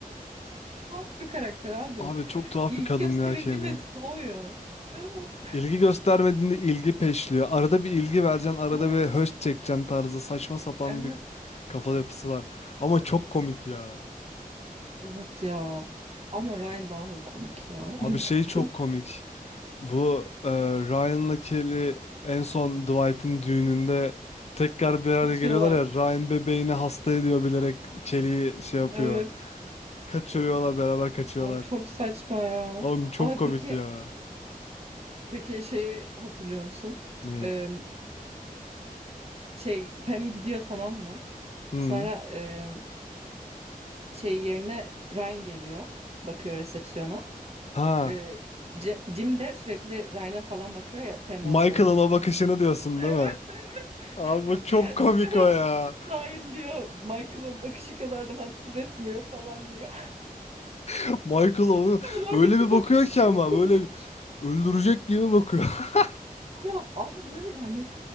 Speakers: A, on the right; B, on the left.
A: Çok tuhaf bir karakter abi.
B: Abi çok tuhaf
A: İlgi
B: bir kadın
A: gösterildiğinde
B: ya Kelly.
A: soğuyor. Evet.
B: İlgi göstermediğinde ilgi peşliyor. Arada bir ilgi vereceksin, arada
A: Evet.
B: bir höş çekeceksin tarzı saçma sapan
A: Evet.
B: bir kafa yapısı var. Ama çok komik ya.
A: Evet ya. Ama Ryan daha da komik ya. <laughs>
B: Abi
A: Bilmiyorum.
B: şey çok komik. Bu e, Ryan'la Kelly en son Dwight'ın düğününde tekrar bir araya
A: Kaçıyorlar.
B: geliyorlar ya Ryan bebeğini hasta ediyor bilerek Kelly'yi şey
A: Evet.
B: yapıyor. Kaçırıyorlar beraber kaçıyorlar.
A: Oğlum çok saçma ya.
B: Oğlum çok
A: Abi
B: komik
A: peki
B: ya.
A: peki şeyi hatırlıyor musun?
B: Neyi?
A: Ee, şey Pam gidiyor tamam mı?
B: Hı.
A: Sonra e, şey yerine Ryan geliyor. Bakıyor resepsiyona.
B: Ha.
A: Ee, Jim, Jim de sürekli Ryan'a falan bakıyor ya Pam
B: Michael'ın
A: orada olduğu için.
B: o bakışını diyorsun
A: Evet
B: değil mi?
A: evet.
B: Abi bu çok
A: <laughs>
B: komik
A: Sonra
B: o ya.
A: Ryan diyor Michael'ın bakışı kadar rahatsız etmiyor falan diyor.
B: <laughs> Michael onu
A: <laughs> Bunun oradaki
B: öyle bir bakıyor
A: bakışı
B: ki
A: çok
B: ama
A: komik.
B: böyle öldürecek diye mi bakıyor. <laughs>
A: Ama, ama böyle hani